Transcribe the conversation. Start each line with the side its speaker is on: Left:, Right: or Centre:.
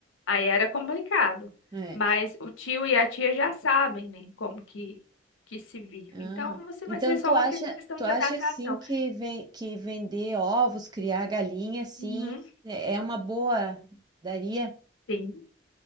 Left: Aí era complicado.
Right: é,
Left: Mas o tio e a tia já sabem, né, como que, que se vive.
Right: aham.
Left: Então, você
Right: Então,
Left: vai ser só
Right: tu
Left: uma
Right: acha,
Left: questão
Right: tu
Left: de
Right: acha
Left: adaptação.
Right: assim que, ven que vender ovos, criar galinha, assim,
Left: Uhum,
Right: é é uma boa, daria?
Left: sim.